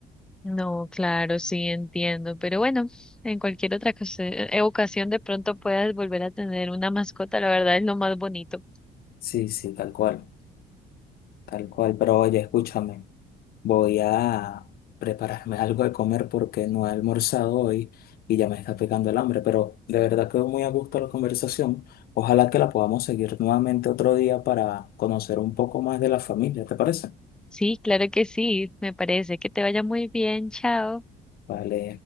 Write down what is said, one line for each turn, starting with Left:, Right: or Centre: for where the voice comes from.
Centre: No, claro, sí, entiendo, pero bueno, en cualquier otra ocasi- eh, ocasión de pronto puedas volver a tener una mascota, la verdad es lo más bonito.
Left: Sí, sí, tal cual, tal cual. Pero oye, escúchame. Voy a prepararme algo de comer porque no he almorzado hoy y ya me está pegando el hambre, pero de verdad quedó muy a gusto la conversación. Ojalá que la podamos seguir nuevamente otro día para conocer un poco más de la familia, ¿te parece?
Centre: Sí, claro que sí, me parece que te vaya muy bien, chao.
Left: Vale.